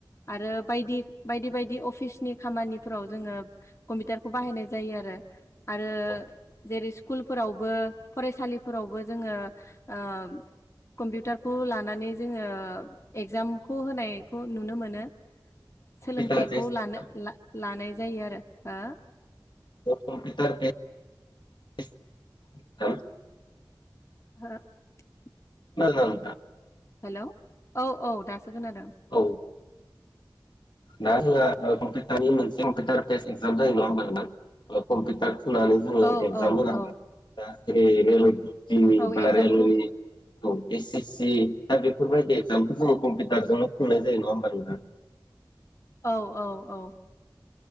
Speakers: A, on the left; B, on the left.
A: आरो बायदि बायदि बायदि अफिसनि खामानिफोराव जोङो कम्पिउटारखौ बाहायनाय जायोआरो आरो
B: औ
A: जेरै स्कुलफोरावबो फरायसालिफोरावबो जोङो ओ कम्पिउटारखौ लानानै जोङो एगजामखौ होनायखौ नुनो मोनो।
B: कम्पिउटार
A: सोलोंथाइखौ
B: बेस
A: लानो
B: एक्जाम
A: लानाय जायो आरो हो
B: <unintelligible>
A: <unintelligible>
B: <unintelligible> नोंथां
A: हेल' औ औ दासो खोनादों
B: औ दा जोंहा कम्पिउटारनि मोनसे कम्पिउटार बेस एक्जाम जायो नङा होनबा नोंथां कम्पिटार थुनानै जोङो
A: औ
B: एगजाम
A: औ
B: होनांगोन
A: औ
B: रेनि
A: औ
B: बा
A: एगजामखौ
B: रेलवेनि औ एस एस सि दा बेफोरबायदि एगजामखौ जोङो कम्पिउटारजोंनो खुंनाय जायो नङा होमबा नोंथां।
A: औ औ औ